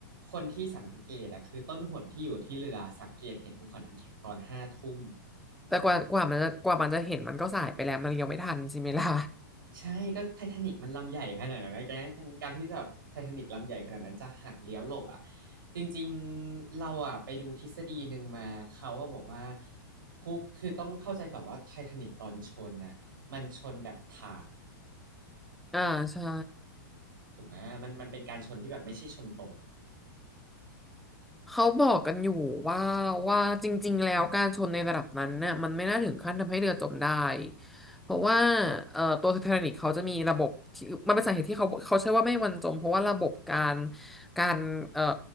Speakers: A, on the right; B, in the centre.
A: คนที่สังเกตอะคือต้นหนที่อยู่ที่เรือสังเกตเห็นภูเขาน้ำแข็งตอนห้าทุ่ม
B: <laughs> แต่กว่ากว่ามันจะกว่ามันจะเห็นมันก็สายไปแล้วมันเลี้ยวไม่ทันใช่ไหมล่ะ
A: ใช่ก็ไททานิกมันลำใหญ่ขนาดนั้นนะแกการการที่จะไททานิกลำใหญ่ขนาดนั้นจะหักเลี้ยวหลบอ่ะจริงๆเราอ่ะไปดูทฤษฎีหนึ่งมาเขาอ่ะบอกว่าพุคือต้องเข้าใจก่อนว่าไททานิกตอนชนน่ะมันชนแบบถา
B: อ่าใช่
A: ถูกไหมมันมันเป็นการชนที่แบบไม่ใช่ชนตรงอะ
B: เขาบอกกันอยู่ว่าว่าจริงๆแล้วการชนในระดับนั้นเนี่ยมันไม่น่าถึงขั้นทำให้เรือจมได้เพราะว่าเอ่อตัวไททานิกเขาจะมีระบบที่มันเป็นสาเหตุที่เขาเขาใช้ว่าไม่วันจมเพราะว่าระบบการการเอ่อ